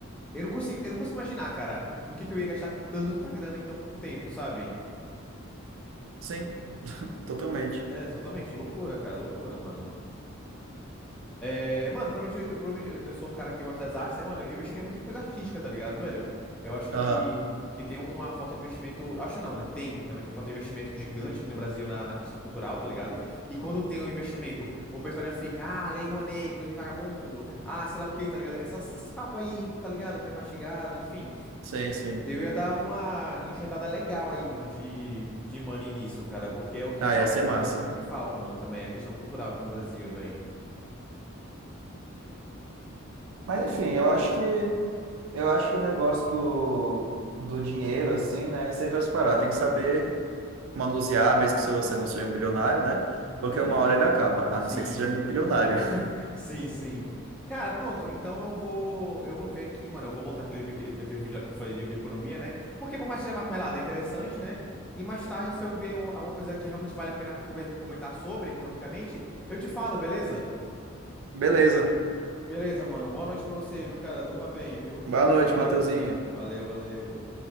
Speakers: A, in the centre; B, on the right.
A: Eu não consigo, eu não consigo imaginar, cara, no que que eu ia gastar tanta grana em tão pouco tempo, sabe?
B: Sim, totalmente.
A: É, totalmente loucura, cara. Loucura, mano. É, mano, provavelmente, eu, provavelmente eu eu sou um cara que gosta das artes, né, mano? Eu investiria muito em coisa artística, tá ligado, velho? Eu acho
B: Aham,
A: que, que tem uma falta de investimento. Acho não, né? Tem realmente uma falta de investimento gigante aqui no Brasil na, na questão cultural, tá ligado? E quando tem um investimento, o pessoal já fica, ah, Lei Rouanet, coisa de vagabundo, ah, sei lá o quê, tá ligado? Essas, esses papos aí, tá ligado? Pré-mastigado, enfim.
B: sim, sim.
A: Eu ia dar uma injetada legal aí, mano, de, de money nisso, cara, porque é o que
B: Ah,
A: falta,
B: ia ser
A: velho.
B: massa.
A: É o que falta, mano, também, a questão cultural aqui no Brasil, velho.
B: Mas enfim, eu acho que eu acho que o negócio do, do dinheiro, assim, né? É sempre as paradas. Tem que saber manusear, mesmo que se você não seja um bilionário, né?
A: Uhum.
B: Porque uma hora ele acaba, a
A: Sim,
B: não ser que seja
A: sim.
B: bilionário.
A: Sim, sim. Cara, pronto. Então eu vou, eu vou ver aqui, mano. Eu vou voltar aquele, ver aquele vídeo lá que eu te falei de, de economia, né? Porque por mais que seja marmelada, é interessante, né? E mais tarde, se eu ver o- alguma coisa que realmente vale a pena conver- comentar sobre economicamente, eu te falo, beleza?
B: <laughs> Beleza.
A: Beleza, mano. Boa noite pra você, viu, cara? Durma bem, viu? Fica
B: Boa
A: de boa
B: noite,
A: aí.
B: Mateuzinho.
A: Valeu, valeu.